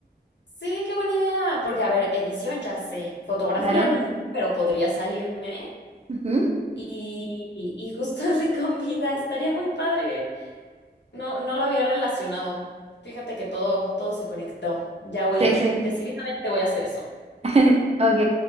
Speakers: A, on the left; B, on the right.
A: Sí, qué buena idea. Porque, a ver, edición ya sé, fotografía
B: Claro.
A: no, pero podría salirme.
B: Ujú.
A: Y, y- y justo el de comida estaría muy padre. No, no lo había relacionado. Fíjate que todo, todo se conectó. Ya voy,
B: Sí, sí.
A: decididamente voy a hacer eso.
B: <laughs> Ok.